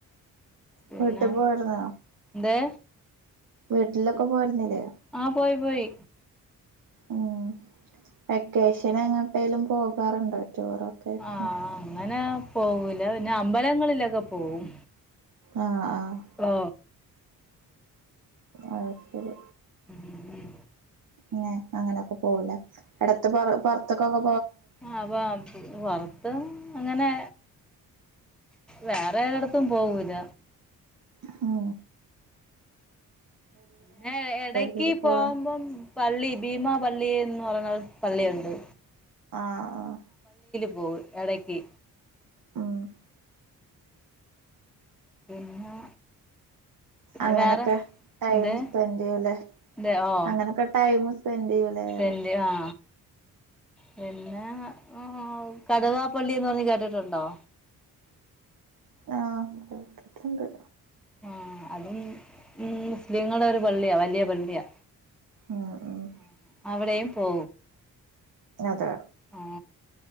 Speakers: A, in the centre; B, on the right.
A: പിന്നെ
B: വീട്ടിൽ പോയിരുന്ന
A: എന്തേ
B: വീട്ടിലൊക്കെ പോയിരുന്നില്ലേ
A: ആഹ് പോയി പോയി
B: ഉം വെക്കേഷൻ എങ്ങേട്ടേലും പോകാറുണ്ടോ ടൂറൊക്കെ ആയിട്ട്
A: ആഹ് അങ്ങനെ പോവൂല പിന്നെ അമ്പലങ്ങളിലൊക്കെ പോവും
B: ആഹ് ആഹ്
A: ഓ
B: അതുശെരി
A: ഉം ഉം
B: ങ്ങേ അങ്ങനൊക്കെ പോവൂല്ലേ? എടെത്ത് പ്പോ പൊർത്ത്ക്കൊക്കെ
A: ആഹ് പോ പൊറത്ത് അങ്ങനെ വേറെ എതെട്ത്തും പോവൂല.
B: ഹോ
A: ഞാ എടയ്ക്ക്
B: കൂടുക്കോളും
A: പോവുമ്പം പള്ളി ഭീമാപള്ളി എന്ന് പറഞ്ഞൊരു പള്ളിയുണ്ട്.
B: ആഹ്, ആഹ്
A: പോ എടയ്ക്ക്
B: ഉം
A: പിന്നെ പിന്നെ
B: അങ്ങനൊക്കെ
A: വേറെ
B: ടൈം
A: എന്തേ
B: സ്പെന്റചെയ്യൂല്ലേ
A: എന്തേ ഓ
B: അങ്ങനൊക്കെടൈം സ്പെന്റ് ചെയ്യൂലേറിയാ
A: എൻ്റെ ആ പിന്നെ ഹോ കടുവാപ്പള്ളിന്ന് പറഞ്ഞ് കേട്ടിട്ടുണ്ടോ?
B: ആഹ് കേട്ട്ട്ട്ണ്ട്.
A: ആഹ് അതും ഈ മുസ്ലിങ്ങളെ ഒരു പള്ള്യാ. വലിയ പള്ള്യാ.
B: ഉം ഉം
A: ആഹ് അവിടെയും പോ
B: അതെ
A: ആ